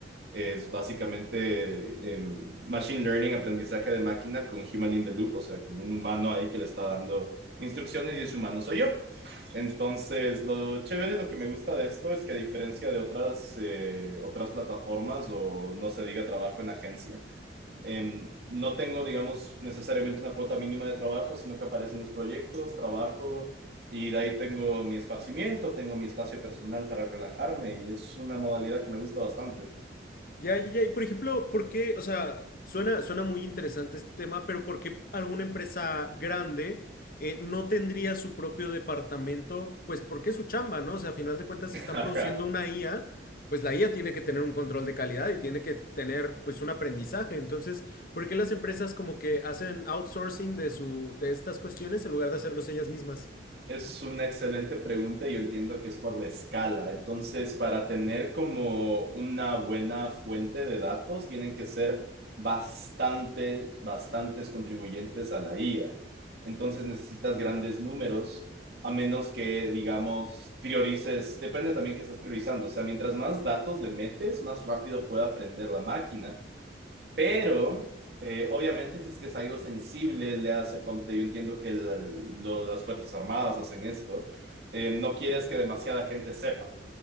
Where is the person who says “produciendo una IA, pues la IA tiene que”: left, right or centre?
Left